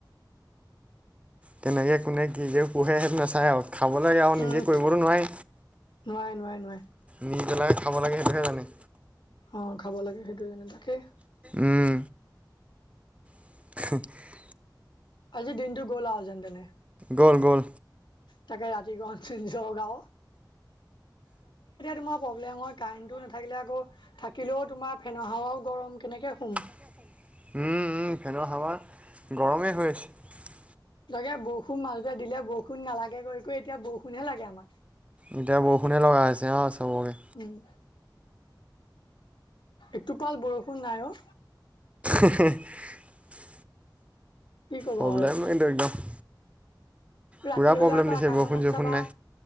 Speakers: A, on the right; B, on the left.
A: তেনেকে কোনে কি যে পঢ়ে সেইটো নাচায় আও। খাবলৈ আৰু নিজে
B: উম
A: কৰিব টো নোৱাৰে
B: নোৱাৰে নোৱাৰে নোৱাৰে
A: নি পেলাই। খাব লাগে সেইটোহে জানে।
B: অ', খাব লাগে সেইটোৱে জানে তাকেই।
A: উম, <unintelligible>
B: আজি দিনটো গ'ল আও যেন তেনে।
A: গ'ল গ'ল।
B: তাকে ৰাতি <unintelligible> ৰাতিয়ে এতিয়া তোমাৰ প্ৰব্লেম হয় কাৰেণ্টটো নাথাকিলে আকৌ, থাকিলেও তোমাৰ ফেনৰ হাৱাও গৰম কেনেকে শুম?
A: উম, উম, ফেনৰ হাৱা, গৰমেই হৈ আছে।
B: তাকে বৰষুণ মাজতে দিলে বৰষুণ নালাগে কৈ কৈ এতিয়া বৰষুণহে লাগে আমাক।
A: এতিয়া বৰষুণে লগা হৈছে অ, চবকে
B: উম, এটোপাল বৰষুণ নাই অ,
A: <unintelligible>
B: কি ক'বা
A: প্ৰব্লেম
B: আৰু।
A: কিন্তু একদম।
B: ৰাতি
A: পুৰা
B: হলে
A: প্ৰব্লেম
B: আকৌ
A: দিছে
B: আকাশখনত
A: বৰষুণ চৰষুণ
B: চাবা,
A: নাই